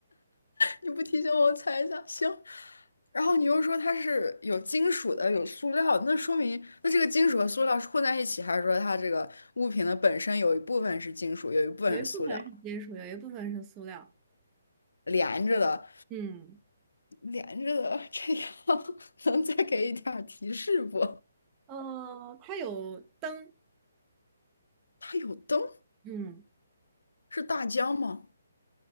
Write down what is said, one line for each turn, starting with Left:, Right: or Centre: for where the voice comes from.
Left: 你不提醒我，我猜一下，行。然后你又说它是有金属的，有塑料的那说明那这个金属和塑料是混在一起，还是说它这个物品的本身有一部分是金属，有一部分是塑料，
Right: 有一部分是金属，有一部分是塑料。
Left: 连着的，
Right: 嗯，
Left: 连着的，这样 <laughs> 能再给一点儿提示不？
Right: 呃，它有灯。
Left: 它有灯，
Right: 嗯
Left: 是大疆吗？